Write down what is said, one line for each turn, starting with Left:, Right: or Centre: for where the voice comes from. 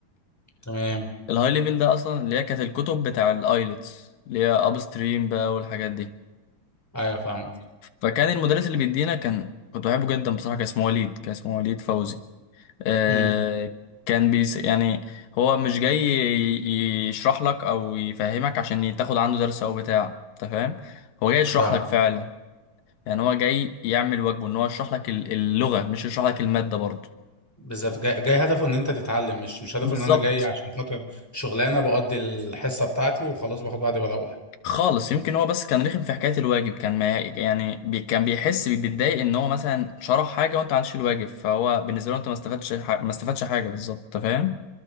Centre: تمام
Left: الهاي ليفل ده اصلا اللي هي كانت الكتب بتاع الايلتس اللي هي اب ستريم بقى والحاجات دي
Centre: ايوه فاهمك
Left: فكان المدرس اللي بيدينا كان كنت بحبه جدا بصراحه كان اسمه وليد كان اسمه وليد فوزي آه،
Centre: امم
Left: كان بيس يعني هو مش جاي ي- يشرح لك او يفهمك عشان تاخد عنده درس او بتاع انت فاهم هو جاي يشرح
Centre: فاهم
Left: لك فعلا يعني هو جاي يعمل واجبه ان هو يشرح لك ال- اللغة مش يشرح لك المادة برضه
Centre: بالظبط جاي... جاي هدفه ان انت تتعلم مش مش هدفه
Left: بالظبط
Centre: ان انا جاي عشان خاطر شغلانه بقضي الحصه بتاعتي وخلاص باخد بعضي بروح
Left: خالص يمكن هو بس كان رخم في حكاية الواجب كان ما يعني بي كان بيحس بي- بيتضايق ان هو مثلا شرح حاجة وانت ما عملتش الواجب فهو بالنسبة له انت ما استفدتش ح- ما استفدتش حاجة بالظبط انت فاهم